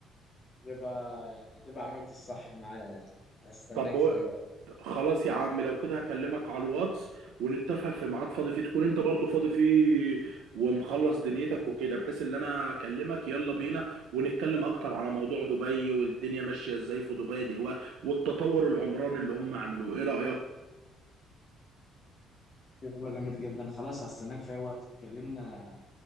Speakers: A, on the left; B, on the right.
A: يبقى يعني تبقى عملت الصح معايا يعني هستناك
B: طب
A: في أي وقت
B: خلاص يا عم لو كده هكلمك على الواتس ونتفق في ميعاد فاضي فيه تكون انت برضو فاضي فيه ومخلص دنيتك وكده بحيث ان انا اكلمك يلا بينا ونتكلم اكتر على موضوع دبي والدنيا ماشية ازاي في دبي دلوقتي والتطور العمراني اللي هم عملوه ايه رأيك
A: يبقى جميل جدا خلاص هستناك في أي وقت تكلمني أنا